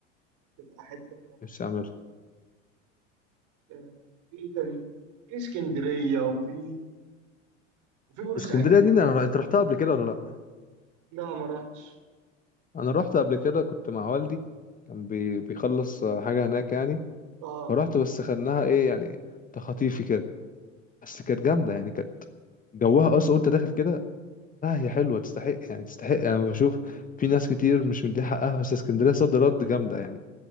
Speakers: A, on the right; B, on the left.
A: تبقى حته كده طرش.
B: نفسي اعملها
A: آه، في ايه تاني في اسكندريه وفي وفي بورسعيد
B: اسكندريه دي انا را- انت رحتها قبل كده ولا لا
A: لا ما رحتش
B: انا رحت قبل كده كنت مع والدي كان بي... بيخلص حاجه هناك يعني
A: اه
B: فرحت بس خدناها ايه يعني تخطيفي كده بس كانت جامده يعني كانت جوها اصلا وانت داخل كده لا هي حلوه تستحق يعني تستحق انا يعني بشوف في ناس كتير مش مديها حقها بس اسكندريه صد رد جامده يعني